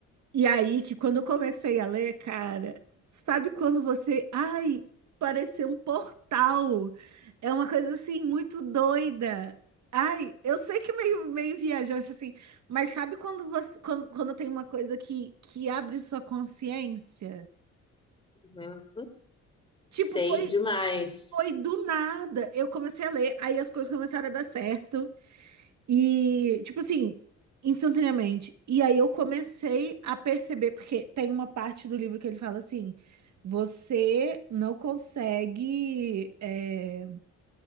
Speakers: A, on the right; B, on the left.
A: E aí que quando eu comecei a ler, cara, sabe quando você, ai, pareceu um portal. É uma coisa assim muito doida. Ai, eu sei que meio meio viajante assim, mas sabe quando você quando, quando tem uma coisa que que abre sua consciência?
B: Uhum.
A: Tipo,
B: Sei
A: foi
B: demais.
A: foi do nada. Eu comecei a ler, aí as coisas começaram a dar certo. E, tipo assim, instantaneamente. E aí eu comecei a perceber, porque tem uma parte do livro que ele fala assim: você não consegue. é,